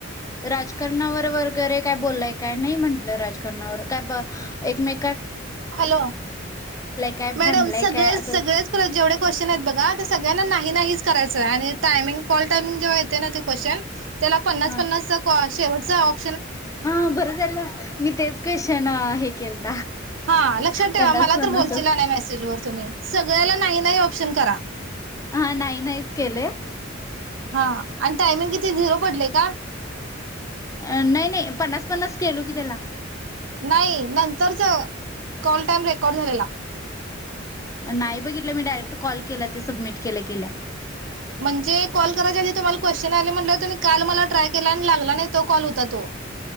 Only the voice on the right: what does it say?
हॅलो
मॅडम
सगळेच
सगळेच जेवढे क्वेश्चन आहेत बघा ते सगळ्यांना नाही नाहीच करायचं आणि टायमिंग कॉल टामिंग जेव्हा येते ना ते क्वेश्चन त्याला पन्नास
पन्नासचा कॉस् शेवटचा ऑफ
हा लक्षात ठेवा
मला
तर बोलचीला नाही मेसेज वर तुम्ही सगळ्याला नाही नाही ऑप्शन करा.
हा आणि टायमिंग किती झिरो पडलेय का?
नाही नंतरच कॉल टाइम रेकॉर्ड झालेला
म्हणजे कॉल करायच्या आधी तुम्हाला क्वेश्चन आले म्हटल तुम्ही काल मला ट्राय केला आणि लागला नाही तो कॉल होता तो